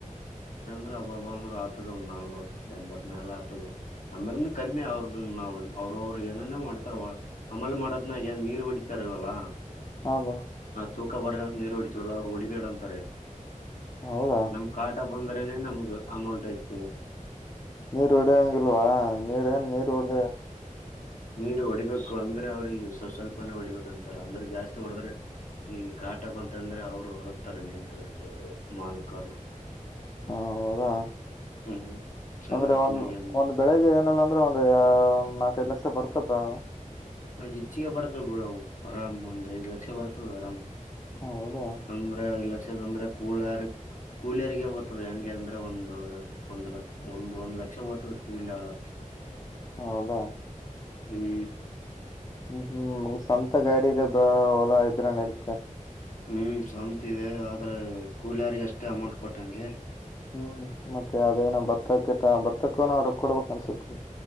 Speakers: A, on the left; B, on the left.
A: ಅಬ್ಬಂದರು ಆತದ ಒಂದು ನಾಲ್ವತ್ತು ಎಂಬತ್ ಮೇಲೆ ಆತ ಕಮ್ಮಿ ಅವ್ರದದು ನಾವ ಅವ್ರವ್ರು ಏನನ ಮಾಡ್ತಾರ ಹಮಲ್ ಮಾಡೋದ್ನಾಗ ಏನ್ ನೀರು ಹೊಡಿತಾರಲ್ವಲ್ಲ
B: ಹಾ ಬಾ
A: ತೂಕ ಬರ ನೀರು ಉಳಿತವಲ್ಲ ಅವರು ಉಳಬಡಂತಾರೆ
B: ಹೌದಾ
A: ನಮ ಕಾಟ ಬಂದ್ರ ಅನೇ ನಮಗೆ ಅಮೌಂಟ್ ಅಯತ
B: ನೀರ್ ಹೊಡ್ಯಂಗಿಲ್ವಾ ನೀರೇನ್ ನೀರ್ ಒಡ
A: ನೀರ್ ಹೊಡಿಬೇಕು ಅಂದ್ರೆ ಅವ್ರ ಸ್ ಸ್ವಲ್ಪನ ಹೊಡಿಬೇಕ ಅಂತಾರ ಅಂದ್ರ ಜಾಸ್ತಿ ಹೊಡದ್ರೆ ಈ ಕಾಟಪ್ ಅಂತಂದ್ರೆ ಅವ್ರು ಹೊಳತಾರೆ ನಿತ್ಕೊಂಡ್ರೆ ಮಾಲ್ಕರು
B: ಹ ಹೌದಾ
A: ಹ್ಮ್ ಚನ್ನತಿನಗರ
B: ಅಂದ್ರೆ ಒಂದ್ ಒಂದ್ ಬೆಳಿಗ್ಗೆ ಅಂದ್ರೆ ಒಂದು ಒ ನಾಲ್ಕದು ಲಕ್ಷ ಬರ್ತಬ್ರಾ
A: ಹ ಹೆಚ್ಚಿಗೆ ಬರತ್ವ ಬಿವು ಆರಾಮ್ ಒಂದ್ ಐದ ಲಕ್ಷ ಬರತ್ವ ಬಿ ಆರಾಮ್
B: ಹೌದಾ
A: ತೊಂದ್ರೆ ಇಲ್ಲ ಕೂಲರ್ ಕೂಲಿಯರಿಗೆ ಹೋಗದೆ ಹೆಂಗೆ ಅಂದ್ರೆ ಒಂದು ಒಂದ್ ಲ ಒಂದ ಒಂದ್ ಲಕ್ಷ ಅಕ್ಷ ಊತ ವೆಕ್ಕೂಲ್ಲ ಆಳೆ
B: ಹೌಲಾ
A: ಹ್ಮ್
B: ಹ್ಮ್ ಹ್ಮ್ ಸ್ವಂತ ಗಾಡಿದೆ ಬ ಹೊಲಾ ಇದ್ರ ನಡತ
A: ಹ್ಮ್ ಸಂತ ಇದೆ ಆದ್ರೆ ಕೂಲಿಯಾರಿಗೆ ಅಷ್ಟೇ ಅಮೌಂಟ್ ಕೊಟ್ಟಂಗೆ
B: ಹ್ಮ್ ಮತ್ತೆ ಅದೇನ ಭತ್ತಕತ ಭತ್ತಕ್ಕನ ರಕ್ ಕೊಡ್ಬೇಕಕ್ ಅನ್ಸತ್ತ